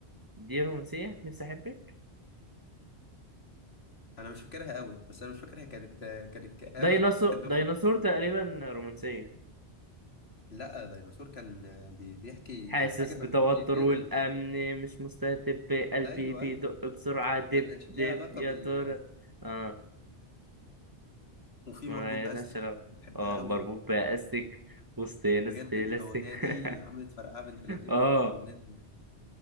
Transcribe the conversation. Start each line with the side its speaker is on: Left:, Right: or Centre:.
Right: دي رومانسية نفسي احبك
Left: انا مش فاكرها قوي بس انا مش فاكر هي كانت كانت كآبة
Right: ديناصور
Left: <laughs> اللي هو
Right: ديناصور تقريبا رومانسية
Left: لا ديناصور كان بي- بيحكي
Right: حاسس
Left: زي حاجة فانتازيا
Right: بتوتر
Left: كده
Right: والامن مش مستتب قلبي
Left: ايوه
Right: بيدق
Left: ايوه
Right: بسرعة دب
Left: ما كانش
Right: دب
Left: ليها علاقة
Right: يا
Left: بال
Right: ترى اه
Left: وفي
Right: ما
Left: مربوط باستك
Right: لهاش علاقة.
Left: بحبها
Right: اه
Left: قوي
Right: مربوط بأستك وسط ناس
Left: بجد
Right: بلاستيك
Left: الاغنية
Right: <laughs>
Left: دي عملت فرقعة بنت لذينة
Right: اه
Left: برضه لما نزلت